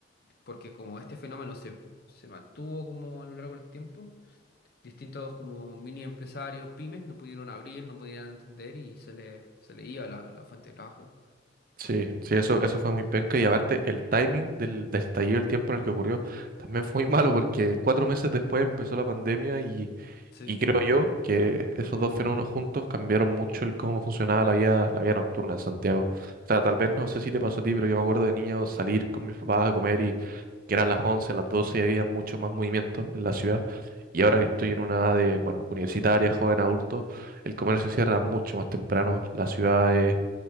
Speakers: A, on the left (about 55°); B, on the right (about 45°).
A: porque como este fenómeno se, se mantuvo como a lo largo del tiempo, distintos como mini empresarios, pymes, no pudieron abrir, no pudieron entender y se les se le iba la, la fuente de trabajo.
B: Sí, sí, eso, eso fue muy penca y aparte el timing del, del estallido, el tiempo en el que ocurrió, también fue muy <laughs> malo porque cuatro meses después empezó la pandemia y,
A: Sí,
B: y creo yo que esos dos fenómenos juntos cambiaron mucho el cómo funcionaba la vida, la vida nocturna en Santiago. O sea, tal vez no sé si te pasó a ti, pero yo me acuerdo de niño salir con mis papás a comer y que eran las 11, las 12 y había mucho más movimiento en la ciudad. Y ahora que estoy en una edad de, bueno, universitaria, joven adulto, el comercio cierra mucho más temprano, la ciudad es